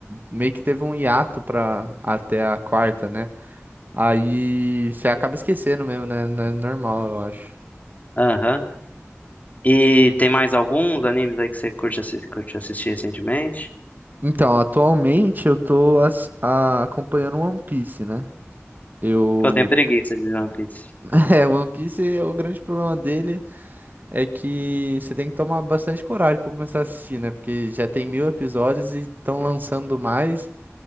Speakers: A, on the right; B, on the left.
A: meio que teve um hiato pra até a quarta, né? Aí você acaba esquecendo mesmo, né? Não é normal, eu acho.
B: aham. E tem mais alguns animes aí que você curte, assi- curte assistir recentemente?
A: Então, atualmente eu tô ass- a- acompanhando One Piece, né? Eu.
B: Pô, eu tenho preguiça de One Piece.
A: <laughs> É, One Piece é o grande problema dele. é que você tem que tomar bastante coragem pra começar a assistir, né? Porque já tem mil episódios e estão lançando mais.